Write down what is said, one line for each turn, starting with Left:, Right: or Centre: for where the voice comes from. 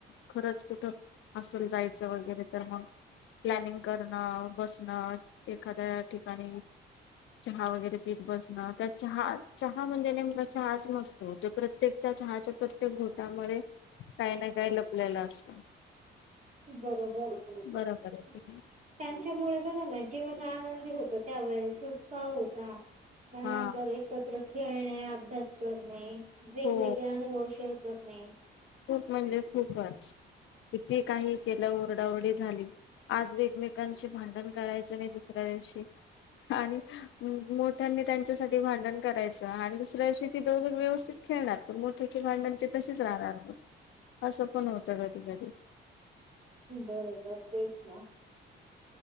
Left: खरंच कुठं असल जायचं वगैरे तर मग प्लॅनिंग करणं, बसणं एखाद्या ठिकाणी चहा वगैरे पीत बसणं तर चहा चहा म्हणजे नेम क चहाच नसतो, त्यो प्रत्येक चहाच्या तेक घोटामध्ये काय ना काय लपलेलं असतं.
Right: बरोबर <unintelligible> त्यांच्यामुळे
Left: बरोबर आहे
Right: बघालाय. जीवन आनंदी होत, त्यावेळे सुस्ता होता, त्यानंतर
Left: हा
Right: एकत्र खेळणे अभ्यास करणे, वेगवेगळे
Left: हो
Right: अनुभवशील करणे.
Left: खूप म्हणजे खूपच किती काही केलं, ओरडाओरडी झाली आज एकमेकांशी भांडण करायच नाही, दुसऱ्या दिवशी आणि मोठ्या त्यांच्यासाठी भांडण करायच, आणि दुसऱ्या दिवशी व्यवस्थित खेळणार पण मोठी ते भांडण ते तशीच राहणार, म असं पण होत कधी कधी.
Right: बरोबर तेच ना.